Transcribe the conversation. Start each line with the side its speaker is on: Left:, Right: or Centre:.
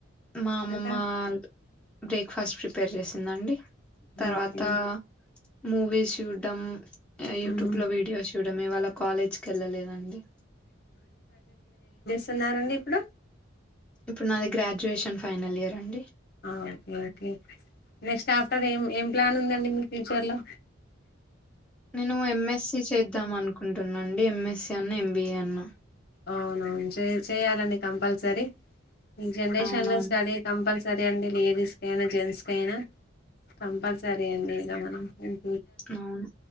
Centre: మా అమ్మమ్మా
Left: ఇంకా
Centre: బ్రేక్ఫాస్ట్ ప్రిపేర్ చేసిందండి. తర్వాత
Left: ఓకే
Centre: మూవీస్ చూడ్డం యూట్యూబ్
Left: మ్మ్
Centre: లో వీడియోస్ చూడమే ఇవాళ కాలేజ్కి వెళ్ళలేదండి.
Left: తున్నారండి ఇప్పుడు
Centre: ఇప్పుడు నాది గ్రాడ్యుయేషన్ ఫైనల్ ఇయర్ అండి.
Left: ఆ ఓకే ఓకే నెక్స్ట్ ఆఫ్టర్ ఏం ఏం ప్లాన్ ఉందండి. మిక్ ఫ్యూచర్లో
Centre: నేను ఎంఎస్సి చేద్దాం అనుకుంటునండి. ఎంఎస్సి అన్న ఎం బి అన్న
Left: అవునవును చే చేయాలండి కంపల్సరీ ఈ జనరేషన్
Centre: అవునవును
Left: లో స్టడీ కంపల్స సరే అండి లేడీస్ కయినా జెంట్స్ కయిన కంపల్సరీ అండి ఇక మనం మ్మ్
Centre: అవును